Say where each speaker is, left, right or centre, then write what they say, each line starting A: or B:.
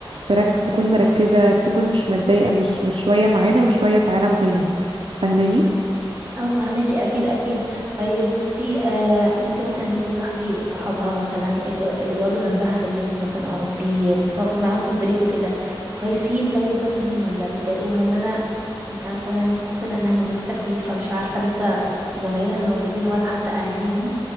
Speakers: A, on the right; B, on the right.
A: ترك تكون مركزة تكون مش متضايقة مش مش شوية معانا وشوية في عالم تاني فاهماني
B: اه فهماكي اكيد اكيد طيب بصي آه انت مثلا مش بتلاحظي صحابها مثلا اللي, اللي بيقعدوا جنبها في الديسك مثلا او بي بتقعد معاهم في البريك وكده كويسين طيب مثلا ولا بيضايقوها ان انا انت عارفه إن انا ميسي لسه ناقله مدرسه جديد فمش عارفه لسه زمايلها الموجودين ولا حتى اهليهم